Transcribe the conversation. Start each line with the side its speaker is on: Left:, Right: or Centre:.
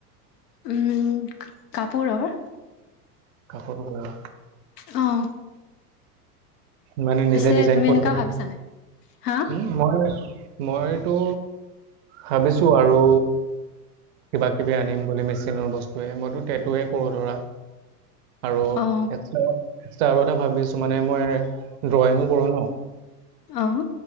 Left: উম, কাপোৰৰ।
Right: কাপোৰ <unintelligible>
Left: অ'।
Right: মানে নিজে
Left: পিছে
Right: ডিজাইন
Left: তুমি
Right: কৰি
Left: এনেকুৱা
Right: কিনে,
Left: ভাবিছা নাই হা
Right: উম মই মইটো ভাবিছো আৰু। কিবা কিবি আনিম বুলি মেচিনৰ বস্তুৱে মইতো টেটোৱে কৰোঁ ধৰা। আৰু
Left: অ
Right: এক্সট্ৰা - এক্সট্ৰা আৰু এটা ভাবিছো মানে মই দ্ৰয়িঙু কৰো ন।
Left: অ